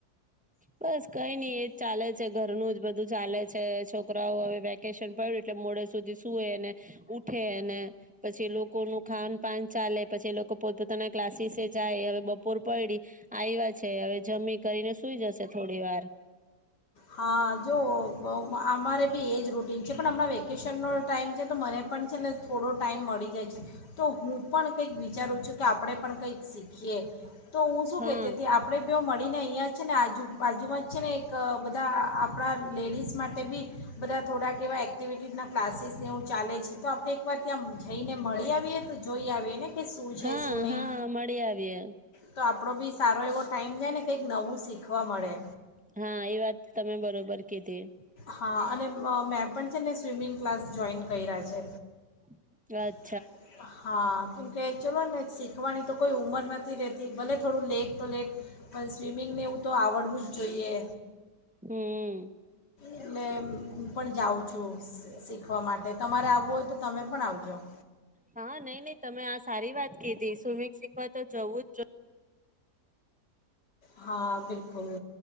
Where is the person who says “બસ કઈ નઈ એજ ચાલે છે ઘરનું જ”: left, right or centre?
Centre